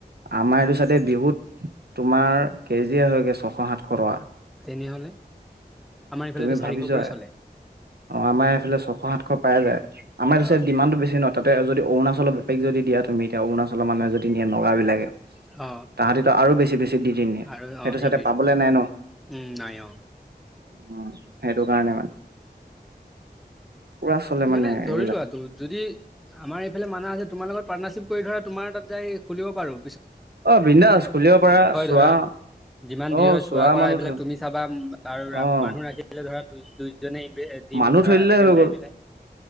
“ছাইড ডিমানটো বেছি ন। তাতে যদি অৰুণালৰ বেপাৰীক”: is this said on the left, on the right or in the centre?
Right